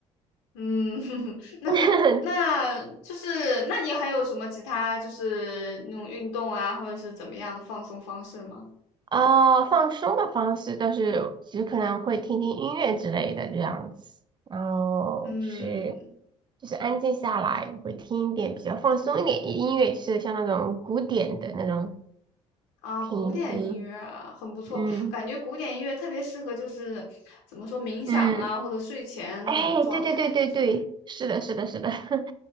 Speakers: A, on the left; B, on the right.
A: 嗯，<laughs> 那那就是那你还有什么其他就是那种运动啊，
B: <laughs>
A: 或者是怎么样的放松方式吗？
B: 啊放松的方式倒是，其实可能会听听音乐之类的这样子，然后就是
A: 嗯。
B: 就是安静下来，会听一点比较放松一点的音乐，就是像那种古典的那种
A: 啊，
B: 听一听。
A: 古典音乐啊很不错，
B: 嗯
A: 感觉古典音乐特别适合，就是怎么说冥想啊，
B: 嗯。
A: 或者睡前那种状态，
B: 哎，对对对对对，
A: 就是 <laughs>
B: 是的，是的，是的，<laughs>